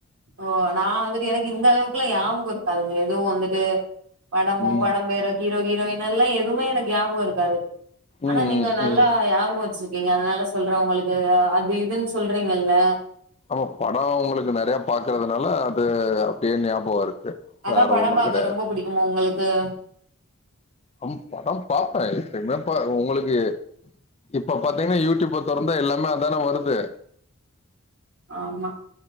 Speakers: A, on the right; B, on the left.
A: ஓ நா வந்துட்டு எனக்கு இந்த அளவுக்ளா யாபகோ இருக்காதுங்க எதுவு வந்துட்டு படமோ
B: ம்
A: படம் பேரோ ஹீரோ ஹீரோயின் யெல்லா எதுவுமே எனக்கு யாபகோ இருக்காது ஆனா
B: ம்
A: நீங்க
B: ம்
A: நல்லா
B: ம்
A: யாபகோ வெச்சிருக்கீங் அதனால சொல்ற உங்களுக்கு அது இதுன் சொல்றீங்கல்ல
B: ஆமா பட உங்களுக்கு நெறையப் பாக்கறதுனால அது அப்டியே நியாபக இருக்கு
A: அதா
B: வேற
A: படம்
B: ஒன்னு
A: பாக்க
B: கெடையாது
A: ரொம்ப புடிக்குமா உங்களுக்கு
B: அம் படம் பாப்பே எப்பிமே ப உங்களுக்கு இப்ப பாத்தீங்னா யூடியூப தொறந்தா எல்லாமே அதான வருது
A: ஆமா